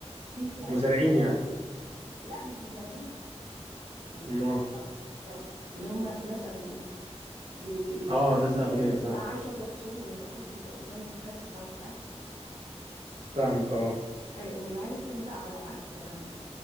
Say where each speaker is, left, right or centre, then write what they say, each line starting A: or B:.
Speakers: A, on the right (about 85°); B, on the right (about 65°).
A: في في العيله
B: مزارعين
A: التانيه العيله
B: يعني
A: ال- لا مش مزارعين يعني
B: ما
A: طب, طب اللي هما ناس اغنياء وعارف
B: اه ناس
A: الناس
B: اغنياء
A: اللي بتبقى
B: فاهم
A: عايشه في قصور ولما القصر بيبقى قدامه مساحات شاسعه وبتاع
B: فاهمك اه
A: ايوه والعيله التانيه بقى على العكس تماما